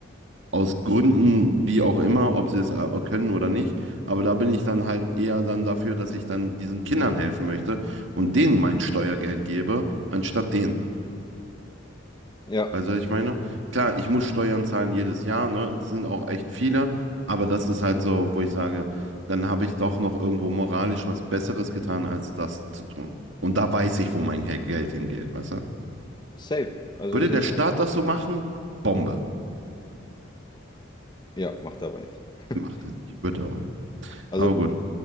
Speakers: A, on the right (about 65°); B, on the left (about 20°).
A: aus Gründen, wie auch immer, ob sie es a- können oder nicht. Aber da bin ich dann halt eher dann dafür, dass ich dann diesen Kindern helfen möchte und denen mein Steuergeld gebe, anstatt denen.
B: Ja,
A: Weißt du, was ich meine? Klar, ich muss Steuern zahlen jedes Jahr, ne? Es sind auch echt viele, aber das ist halt so, wo ich sage, dann habe ich doch noch irgendwo moralisch was Besseres getan, als das zu tun. Und da weiß ich, wo mein He- Geld hingeht, weißt du?
B: safe. Also
A: Würde
B: sehe
A: der Staat
B: ich,
A: das so machen? Bombe.
B: ja, macht er aber nicht. <laughs>
A: Macht er nicht. Wird er auch nicht.
B: Also,
A: Aber gut.